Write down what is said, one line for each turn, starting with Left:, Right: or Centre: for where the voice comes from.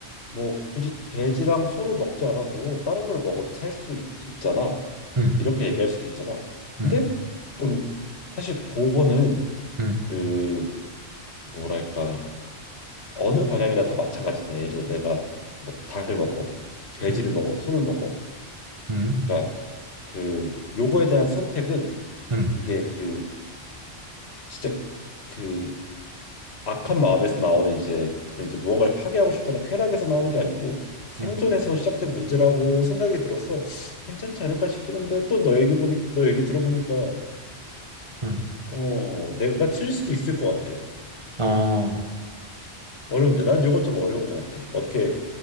Left: 뭐 굳이 돼지랑 소를 먹지 않아도 다른 걸 먹어도 살 수 있잖아.
Right: 음,
Left: 이렇게 얘기할 수도 있잖아. 근데
Right: 음,
Left: 그럼 사실 그거는
Right: 음,
Left: 그 뭐랄까 어느 방향이나 다 마찬가지잖아요. 예를 들어 내가 뭐 닭을 먹어, 돼지를
Right: 음,
Left: 먹어, 소를 먹어.
Right: 음,
Left: 그러니까 그 요거에 대한 선택은
Right: 음,
Left: 이게 그 진짜 그 악한 마음에서 나오는 이제 그런 이제 무언가를 파괴하고 싶다는 쾌락에서 나오는 게 아니고 생존에서
Right: 음,
Left: 시작된 문제라고 생각이 들어서 괜찮지 않을까 싶긴 한데 또 너 얘기 보니 너 얘기 들어보니까
Right: 음.
Left: 어 내가 틀릴 수도 있을 것 같아.
Right: 어,
Left: 어려운데 난 요거 좀 어려운 것 같아. 어떻게